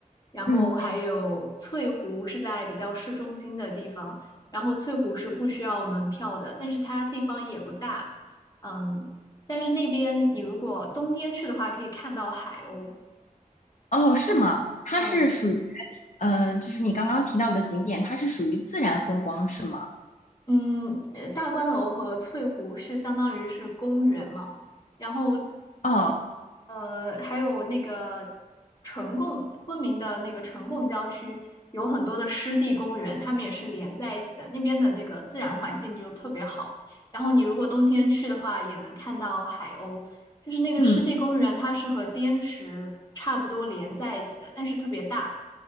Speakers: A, on the left; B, on the left.
A: 然后还有翠湖是在比较市中心的地方，
B: 嗯，
A: 然后翠湖是不需要门票的，但是它地方也不大，嗯，但是那边你如果冬天去的话，可以看到海鸥。
B: 哦，是吗？它是属于，
A: 嗯，
B: 嗯、就是你刚刚提到的景点，它是属于自然风光，是吗？
A: 嗯，呃大观楼和翠湖是相当于是公园嘛，然后
B: 哦，
A: 呃，还有那个呈贡，昆明的那个呈贡郊区有很多的湿地公园，它们也是连在一起的，那边的那个自然环境就特别好。然后你如果冬天去的话，也能看到海鸥，就是那个湿地公园，
B: 嗯
A: 它是和滇池差不多连在一起的，但是特别大，